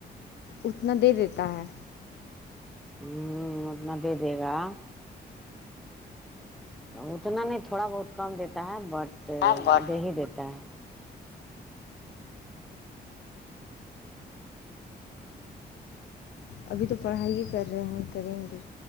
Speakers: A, on the left (about 85°); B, in the centre.
A: اتنا دے دیتا ہے
B: ہمم اتنا دے دے گا اتنا نہیں تھوڑا بہت کم دیتا ہے بٹ
A: ہے
B: دے ہی دیتا ہے
A: ابھی تو پڑھائی ہی کر رہے ہیں کریں گے